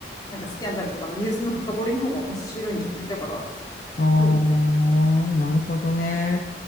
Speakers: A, on the left; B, on the left.
A: なんかスキャンダルとかのニュースの深掘りの方が面白いんじゃないだから、
B: あー、
A: そうね。
B: なるほどね。